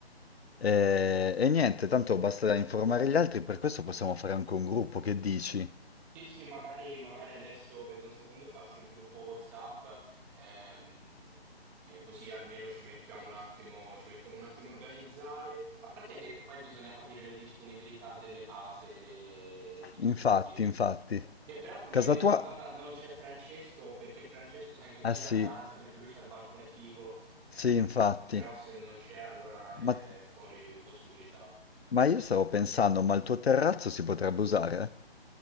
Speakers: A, on the left; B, in the centre.
A: E, e niente, tanto basta informare gli altri, per questo possiamo fare anche un gruppo, che dici?
B: Sì, sì, magari, magari adesso vedo un secondo, faccio il gruppo WhatsApp, ehm, eh, così almeno ci mettiamo un attimo, ci mettiamo un attimo a organizzare. A parte che poi bisogna capire le disponibilità delle case de- di
A: Infatti,
B: tutti.
A: infatti.
B: Che peraltro mi
A: Casa
B: hai detto,
A: tua?
B: Madonna, non c'è Francesco, perché Francesco sai che quella
A: Ah sì,
B: è ragazza, perché lui c'ha il balcone figo, ehm,
A: sì, infatti.
B: però se non c'è allora è
A: Ma,
B: fuori possibilità.
A: ma io stavo pensando, ma il tuo terrazzo si potrebbe usare?